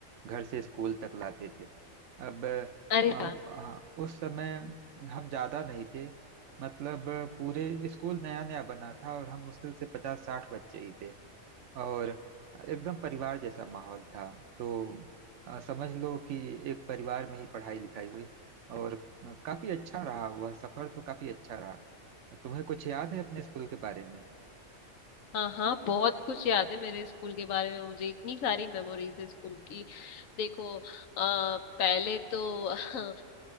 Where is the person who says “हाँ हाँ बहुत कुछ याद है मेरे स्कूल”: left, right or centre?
Left